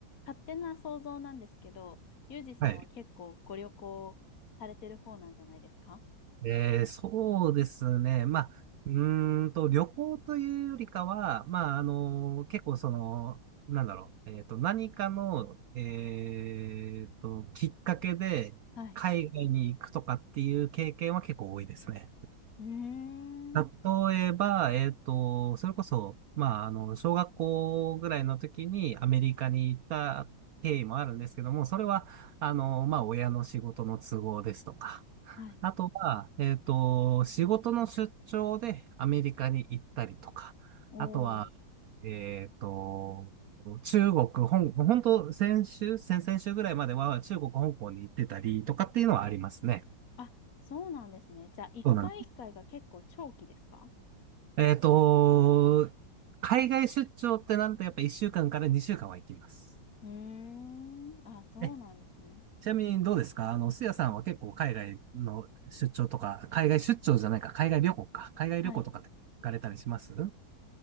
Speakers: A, on the left (about 45°); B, on the right (about 70°).
A: 勝手な想像なんですけど、ユージさんは結構ご旅行されてる方なんじゃないですか
B: はい。えー、そうですね。まあ、うーんと、旅行というよりかは、まあ、あの、結構その、なんだろう、えっと、何かの、えっと、きっかけで海外に行くとかっていう経験は結構多いですね。
A: はい。うーん。
B: 例えば、えっと、それこそ、まあ、あの、小学校ぐらいの時にアメリカに行った経緯もあるんですけども、それは、あの、まあ、親の仕事の都合ですとか、
A: はい。
B: あとは、えっと、仕事の出張でアメリカに行ったりとか、
A: おー。
B: あとは、えっと、中国、本、本当先週、先々週ぐらいまでは中国、香港に行ってたりとかっていうのはありますね。
A: あ、そうなんですね。じゃあ、一回一回が結構長期ですか
B: そうなんです。えっと、海外出張ってなるとやっぱ1週間かんから2週間は行きます。
A: うーん。あ、そうなんですね。
B: え、ちなみにどうですかあの、すやさんは結構海外の出張とか、海外出張じゃないか、海外旅行か、海外旅行とかって行かれたりします
A: はい。